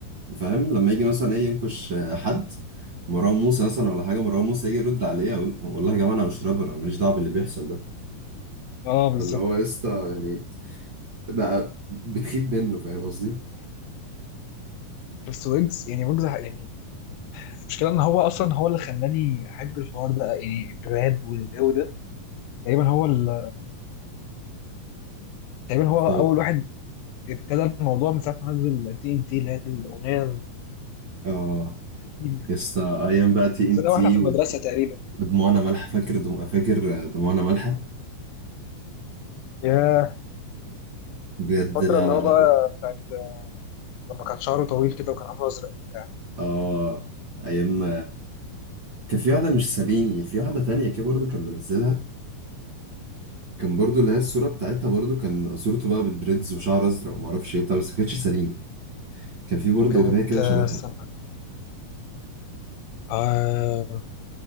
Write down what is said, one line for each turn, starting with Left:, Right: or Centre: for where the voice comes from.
Right: فاهم لما يجي مثلا ايه ينكش حد مروان موسى مثلا ولا حاجه مروان موسى يجي يرد عليه يقول والله يا جماعه انا مش رابر انا ماليش دعوه باللي بيحصل ده
Left: اه آه، بالظبط
Right: فاللي هو يا اسطى يعني بقى بتخيب منه فاهم قصدي
Left: بس ويجز يعني ويجز يعني المشكلة ان هو اصلا هو اللي خلاني احب الحوار ده يعني الراب والجو ده تقريبا هو ال... تقريبا هو
Right: طب
Left: اول واحد ابتدى الموضوع من ساعة ما نزل تي ان تي اللي هي الاغنية
Right: اه
Left: القديمة.
Right: يا اسطى ايام بقى تي
Left: نزلها
Right: ام تي
Left: واحنا في المدرسة تقريبا
Right: ودموعنا مالحه فاكر دم... فاكر دموعنا مالحه
Left: يا
Right: بجد
Left: الفترة
Right: لا
Left: اللي
Right: لا
Left: هو بقى
Right: لا
Left: بتاعت لما كان شعره طويل كده وكان عامله ازرق وبتاع
Right: اه ايام كان في واحدة مش ساليني في واحدة تانية كده برضه كان منزلها كان برضه اللي هي الصورة بتاعتها برضه كان صورته بقى بالدريدز وشعر أزرق ومعرفش إيه وبتاع بس ما كانتش ساليني كان في برضه
Left: كانت
Right: أغنية كده
Left: آه،
Right: شبهها
Left: استنى آه